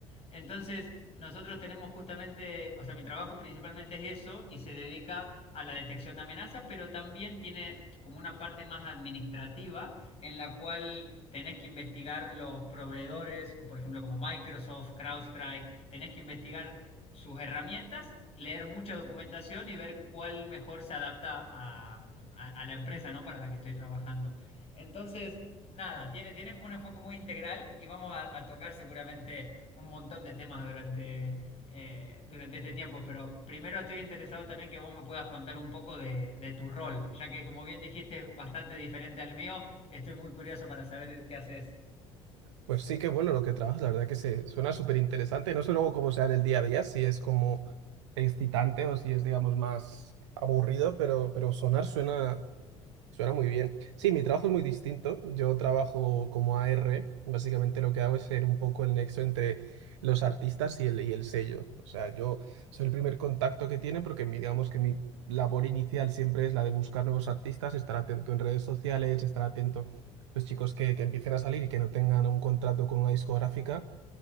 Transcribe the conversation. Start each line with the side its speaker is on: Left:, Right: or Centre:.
Left: Entonces, nosotros tenemos justamente, o sea, mi trabajo principalmente es eso y se dedica a la detección de amenazas, pero también tiene como una parte más administrativa en la cual tenés que investigar los proveedores, por ejemplo, como Microsoft, CrowdStrike, tenés que investigar sus herramientas, leer mucha documentación y ver cuál mejor se adapta a, a- a la empresa, ¿no? Para la que estoy trabajando. Entonces, nada, tiene, tiene como un enfoque muy integral y vamos a, a tocar seguramente un montón de temas durante, eh, durante este tiempo, pero primero estoy interesado también que vos me puedas contar un poco de, de tu rol, ya que como bien dijiste es bastante diferente al mío, Estoy muy curioso para saber qué haces.
Right: Pues sí, que bueno lo que trabajas, la verdad que se suena súper interesante. No sé luego cómo sea en el día a día, si es como excitante o si es, digamos, más aburrido, pero, pero sonar suena. Suena muy bien. Sí, mi trabajo es muy distinto. Yo trabajo como AR. Básicamente lo que hago es ser un poco el nexo entre los artistas y el, y el sello. O sea, yo soy el primer contacto que tiene porque mi- digamos que mi labor inicial siempre es la de buscar nuevos artistas, estar atento en redes sociales, estar atento, pues chicos que, que empiecen a salir y que no tengan un contrato con una discográfica,